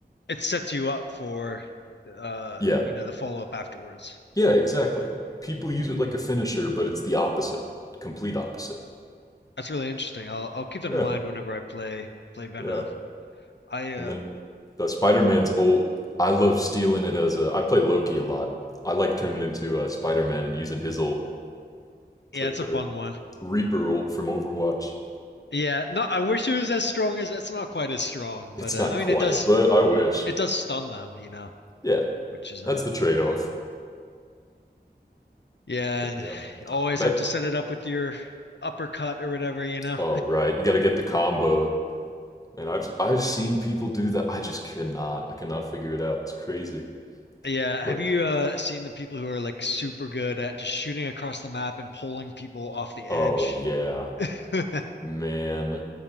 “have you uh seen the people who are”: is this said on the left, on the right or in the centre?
Left